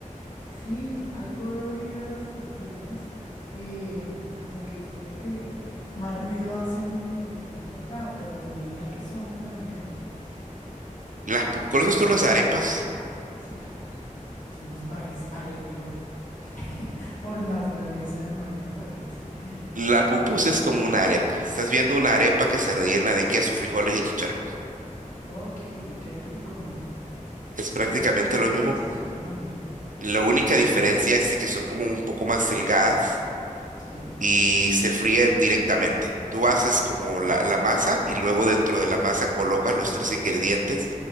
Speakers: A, on the left; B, on the right.
A: Sí, algo he oído de las pupusas, eh, como que son las que más ruido hacen, eh, me han contado, pero pues ni idea qué son en realidad.
B: Las pu- ¿Conoces tú las arepas?
A: Sí, claro, somos país arepero por naturaleza, María, pues. <laughs>
B: La pupusa es como una arepa. Estás viendo una arepa que se rellena de queso, frijoles y chicharrón.
A: Ok, qué rico.
B: Es prácticamente
A: Queso, frijoles
B: lo mismo.
A: y chicharrón.
B: La única diferencia es de que son como un poco más delgadas
A: Sí.
B: y se fríen directamente. Tú haces como la, la masa y luego dentro de la masa colocas los tres ingredientes